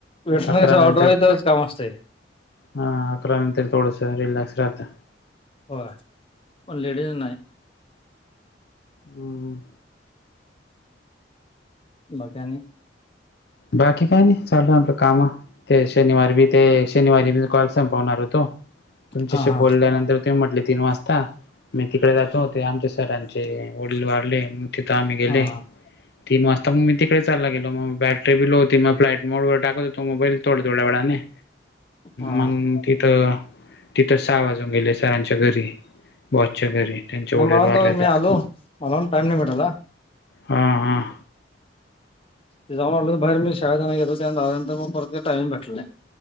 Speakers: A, on the left; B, on the left.
A: वेटरची
B: अकरा
A: ऑर्डर
B: नंतर
A: आली त्यावे काम असतय.
B: हा अकरा नंतर थोडस रिलॅक्स राहत.
A: होय पण लेडीज नाही.
B: हम्म.
A: बाकी आणी.
B: बाकी काय नाही चाललं आपलं काम ते शनिवार भी ते शनिवारी मी काल संपवणार होतो तुमच्याशी
A: हा हा
B: बोलल्यानंतर ते म्हटले तीन वाजता मी तिकडे जातो ते आमच्या सरांचे वडील वारले. तिथं आम्ही गेले
A: हा हा
B: तीन वाजता मग मी तिकडे चालला गेलो मग बॅट बी लो होती म फ्लाइट मोड वर टाकत होतो मोबाईल थोड थोडा वेळाने.
A: हा
B: मग तिथं तिथं सहा वाजून गेले सरांच्या घरी बॉसच्या घरी त्यांचे वडील
A: नाही मलाण
B: वारले
A: त मी
B: त्यात
A: आलो मला पण टाईम नाही भेटला.
B: हां हां.
A: जाऊन आलं बाहेर मी शाळत आण्याला गेलेलो त्या आल्यानंतर मग परत का टाईमिंग भेटला नय.